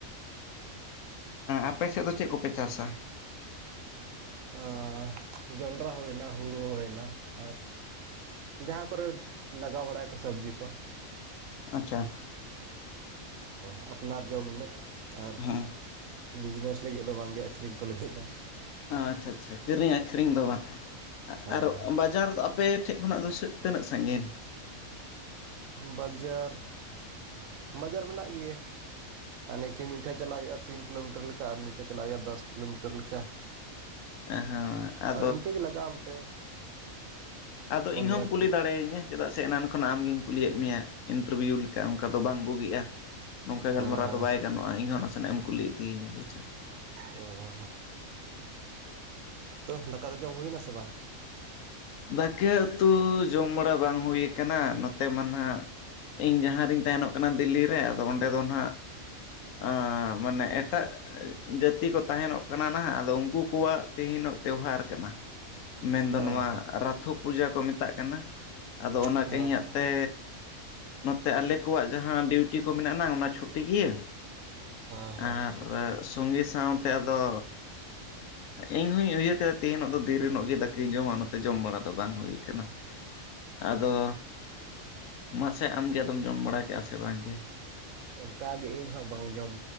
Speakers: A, on the left (about 70°); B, on the right (about 75°).
A: ᱟᱯᱮ ᱥᱮᱫ ᱫᱚ ᱪᱮᱫ ᱠᱚᱯᱮ ᱪᱟᱥᱟ?
B: ᱚᱻ ᱡᱚᱸᱰᱨᱟ ᱦᱩᱭᱱᱟ ᱦᱩᱲᱩ ᱦᱩᱭᱱᱟ ᱟᱨ ᱡᱟᱦᱟᱸ ᱠᱚᱨᱮ ᱞᱟᱜᱟᱣ ᱵᱟᱲᱟᱭᱟᱠᱚ ᱥᱚᱵᱽᱡᱤ ᱠᱚ᱾
A: ᱟᱪᱪᱷᱟ
B: ᱦ ᱟᱯᱱᱟᱨ ᱡᱚᱢ ᱤᱱᱟᱹᱜ ᱟᱨ
A: ᱦᱮᱸ
B: ᱵᱤᱡᱽᱱᱮᱥ ᱞᱟᱹᱜᱤᱫ ᱫᱚ ᱵᱟᱝᱜᱮ ᱟᱹᱠᱷᱨᱤᱧ ᱠᱚ ᱞᱟᱹᱜᱤᱫ ᱫᱚ
A: ᱟᱪᱪᱷᱟ ᱟᱪᱪᱷᱟ ᱠᱤᱨᱤᱧ ᱟᱹᱠᱷᱨᱤᱧ ᱫᱚ ᱵᱟᱝ
B: ᱦᱚᱸ
A: ᱟᱨ ᱵᱟᱡᱟᱨ ᱟᱯᱮᱴᱷᱮᱡ ᱠᱷᱚᱱᱟᱜ ᱫᱚ ᱛᱤᱱᱟᱹᱜ ᱥᱟᱺᱜᱤᱧ?
B: ᱵᱟᱡᱟᱨ ᱵᱟᱡᱟᱨ ᱢᱮᱱᱟᱜ ᱜᱮᱭᱟ ᱦᱟᱱᱮ ᱠᱤ ᱢᱤᱫᱴᱷᱮᱱ ᱪᱟᱞᱟᱜ ᱦᱩᱭᱩᱜᱼᱟ ᱛᱤᱱ ᱠᱤᱞᱳᱢᱤᱴᱟᱨ ᱞᱮᱠᱟ ᱟᱨ ᱢᱤᱫᱴᱷᱮᱱ ᱪᱟᱞᱟᱜ ᱦᱩᱭᱩᱜᱼᱟ ᱫᱚᱥ ᱠᱤᱞᱳᱢᱤᱴᱟᱨ ᱞᱮᱠᱟ᱾ <unintelligible> <inaudible>
A: ᱦᱸ ᱟ
B: ᱟᱨ ᱤᱱᱠᱟᱹ ᱜᱮ ᱞᱟᱜᱟᱜᱼᱟ ᱚᱱᱛᱮ
A: <inaudible> ᱟᱫᱚ
B: ᱯᱚᱱᱫᱨᱚ
A: ᱤᱧ ᱦᱚᱢ
B: ᱠᱤᱞᱳ
A: ᱠᱩᱞᱤ ᱫᱟᱲᱮᱭᱟᱹᱧᱟᱹ᱾ ᱪᱮᱫᱟᱜ ᱥᱮ ᱮᱱᱟᱱ ᱠᱷᱚᱱᱟᱜ ᱟᱢᱜᱤᱧ ᱠᱩᱞᱤᱭᱮᱫ ᱢᱮᱭᱟ ᱤᱱᱴᱟᱨᱵᱷᱤᱭᱩ ᱞᱮᱠᱟ ᱚᱱᱠᱟ ᱫᱚ ᱵᱟᱝ ᱵᱩᱜᱤᱜᱼᱟ᱾ ᱱᱚᱝᱠᱟ
B: ᱦᱮᱸ
A: ᱜᱟᱞᱢᱟᱨᱟᱣ
B: ᱦᱮᱸ
A: ᱫᱚ ᱵᱟᱭ ᱜᱟᱱᱚᱜᱼᱟ ᱤᱧ ᱦᱚᱸ ᱱᱟᱥᱮᱱᱟᱜ ᱮᱢ ᱠᱩᱞᱤ ᱤᱫᱤᱤᱧᱟ ᱵᱩᱪᱷᱣ
B: ᱚ <inaudible> ᱛᱚ ᱫᱟᱠᱟ ᱫᱚ ᱡᱚᱢ ᱦᱩᱭᱮᱱᱟ ᱥᱮ ᱵᱟᱝ?
A: ᱫᱟᱠᱮ ᱩᱛᱩ ᱡᱚᱢ ᱵᱟᱲᱟ ᱵᱟᱝ ᱦᱩᱭᱩ ᱟ ᱠᱷᱮᱱᱟᱜ ᱱᱚᱛᱮ ᱢᱟ ᱱᱟᱜ ᱤᱧ ᱡᱟᱦᱟᱸ ᱨᱤᱧ ᱛᱟᱦᱮᱱᱚᱜ ᱠᱟᱱᱟ ᱫᱤᱞᱞᱤ ᱨᱮ ᱟᱫᱚ ᱚᱸᱰᱮ ᱫᱚ ᱱᱟᱦᱟᱜ ᱮ ᱢᱟᱱᱮ ᱮᱴᱟᱜ ᱡᱟᱹᱛᱤ ᱠᱚ ᱛᱟᱦᱮᱱᱚᱜ ᱠᱟᱱᱟ ᱱᱟᱟᱜ ᱟᱫᱚ ᱩᱱᱠᱩ ᱠᱚᱣᱟᱜ ᱛᱮᱦᱤᱱᱚᱜ ᱛᱮᱣᱦᱟᱨ ᱠᱟᱱᱟ᱾ ᱢᱮᱱᱫᱚ
B: ᱦᱮᱸ
A: ᱱᱚᱣᱟ
B: ᱦᱮᱸ
A: ᱨᱟᱛᱷᱚ ᱯᱩᱡᱟ ᱠᱚ ᱢᱮᱛᱟᱜ ᱠᱟᱱᱟ᱾ ᱟᱫᱚ ᱚᱱᱟ
B: ᱦᱮᱸ
A: ᱠᱚ ᱤᱧᱟᱹᱜ
B: ᱦᱮᱸ
A: ᱛᱮ ᱱᱚᱛᱮ ᱟᱞᱮ ᱠᱚᱣᱟᱜ ᱡᱟᱦᱟᱸ ᱰᱤᱭᱩᱴᱤ ᱠᱚ ᱢᱮᱱᱟᱜ ᱟᱱᱟᱝ ᱚᱱᱟ ᱪᱷᱩᱴᱤ ᱜᱮᱤᱭᱟᱹ
B: ᱦᱮᱸ ᱦᱮᱸ
A: ᱟᱨ ᱮᱜ ᱥᱚᱝᱜᱮ ᱥᱟᱶᱛᱮ ᱟᱫᱚ ᱤᱧᱦᱚᱧ ᱩᱭᱦᱟᱹᱨ ᱠᱮᱫᱟ ᱛᱮᱦᱧᱚᱜ ᱫᱚ ᱫᱤᱨᱤ ᱧᱚᱜ ᱜᱮ ᱫᱟᱠᱟᱧ ᱡᱚᱢ ᱚᱱᱟᱜ᱾ ᱛᱮ ᱡᱚᱢ ᱵᱟᱲᱟ ᱫᱚ ᱵᱟᱝ ᱦᱩᱭ ᱠᱟᱱᱟ ᱟᱫᱚ ᱢᱟᱥᱮ ᱟᱢᱜᱮ ᱟᱫᱚᱢ ᱡᱚᱢ ᱵᱟᱲᱟ ᱠᱮᱫᱼᱟ ᱥᱮ ᱵᱟᱝᱜᱮ?
B: ᱚᱱᱠᱟᱜᱮ ᱤᱧ ᱦᱚᱸ ᱵᱟᱝ ᱡᱚᱢ